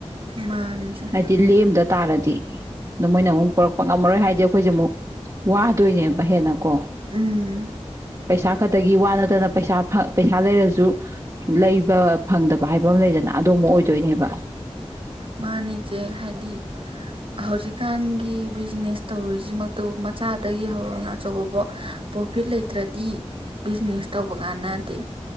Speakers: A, on the right (about 50°); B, on the right (about 30°).
A: ꯃꯥꯅꯦ <unintelligible>
B: ꯍꯥꯏꯗꯤ ꯂꯦꯝꯗ ꯇꯥꯔꯗꯤ ꯑꯗꯨ ꯃꯣꯏꯅ ꯑꯃꯨꯛ ꯄꯨꯔꯛ ꯄ ꯉꯝꯃꯔꯣꯏ ꯍꯥꯏꯗꯤ ꯑꯩꯈꯣꯏꯁꯦ ꯑꯃꯨꯛ ꯋꯥꯗꯣꯏꯅꯦꯕ ꯍꯦꯟꯅ ꯀꯣ
A: ꯎꯝ
B: ꯄꯩꯁꯥ ꯈꯛꯇꯒꯤ ꯋꯥ ꯅꯠꯇꯅ ꯄꯩꯁꯥ ꯄꯩꯁꯥ ꯂꯩꯔꯁꯨ ꯂꯩꯕ ꯐꯪꯗꯕ ꯍꯥꯏꯕ ꯑꯃ ꯂꯩꯗꯅ ꯑꯃꯨꯝꯕ ꯑꯣꯏꯗꯣꯏꯅꯦꯕ
A: ꯃꯥꯅꯤꯆꯦ ꯍꯥꯏꯗꯤ ꯍꯧꯖꯤꯛꯀꯥꯟꯒꯤ ꯕꯤꯖꯤꯅꯦꯁ ꯇꯧꯔꯤꯁꯤꯃꯛꯇꯕꯨ ꯃꯆꯥꯗꯒꯤ ꯍꯧꯔꯒ ꯑꯆꯧꯕꯐꯧ ꯄ꯭ꯔꯣꯐꯤꯠ ꯂꯩꯇ꯭ꯔꯗꯤ ꯕꯤꯖꯤꯅꯦꯁ ꯇꯧꯕ ꯀꯥꯟꯅꯗꯦ